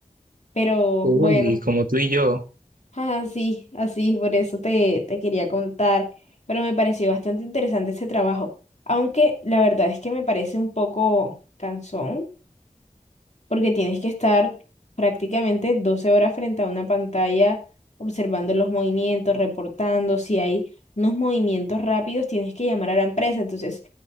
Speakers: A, on the left; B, on the right.
A: Pero
B: Uy,
A: bueno.
B: como tú y yo.
A: Ah, sí, así, por eso te, te quería contar, pero me pareció bastante interesante ese trabajo, aunque la verdad es que me parece un poco cansón, porque tienes que estar prácticamente 12 horas frente a una pantalla observando los movimientos, reportando, si hay unos movimientos rápidos, tienes que llamar a la empresa, entonces